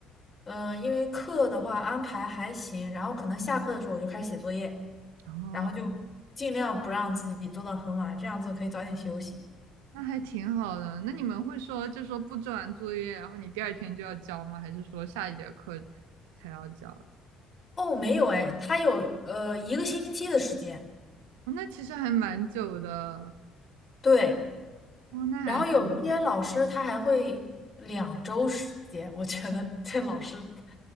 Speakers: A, on the left (about 30°); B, on the right (about 70°).
A: 呃，因为课的话安排还行，然后可能下课的时候我就开始写作业，
B: 然后。
A: 然后就尽量不让自己做到很晚，这样子可以早点休息。
B: 那还挺好的。那你们会说，就说布置完作业，然后你第二天就要交吗？还是说下一节课才要交？
A: 哦，没有哎，他有呃一个星期的时间，
B: 哦，那其实还蛮久的。
A: 对，
B: 哦，那还挺好
A: 然后有一些老师他还会两周时间，我觉得这老师